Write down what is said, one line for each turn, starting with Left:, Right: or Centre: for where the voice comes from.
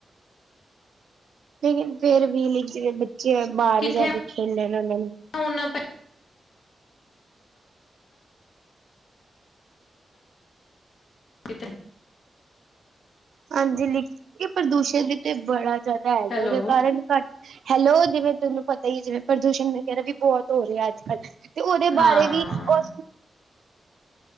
Right: ਲੇਕਿਨ ਫੇਰ ਵੀ ਨੀਚੇ ਬੱਚੇ ਐ, ਬਾਹਰ
Left: ਕਿੱਥੇ
Right: ਹੀ ਜਾ ਕੇ ਖੇਲਨਾ ਨਾ ਉਨ੍ਹਾਂਨੂੰ
Left: ਹੁਣ ਪ ਕੀਤੇ
Right: ਹਾਂਜੀ ਲਿਖ ਪ੍ਰਦੂਸ਼ਣ ਵੀ ਤੇ ਬੜਾ ਜ਼ਿਆਦਾ ਹੈਗਾ
Left: ਹੈਲੋ,
Right: ਉਹਦੇ ਕਾਰਨ ਘੱਟ ਹੈਲੋ ਜਿਵੇਂ ਤੁੈਨੂੰ ਪਤਾ ਹੀ ਜਿਵੇਂ ਪ੍ਰਦੂਸ਼ਣ ਵਗੈਰਾ ਵੀ ਬਹੁਤ ਹੋ ਰਿਹਾ ਅਜਕਲ ਤੇ ਉਹਦੇ
Left: ਹਾਂ।
Right: ਬਾਰੇ ਵੀ ਉਹ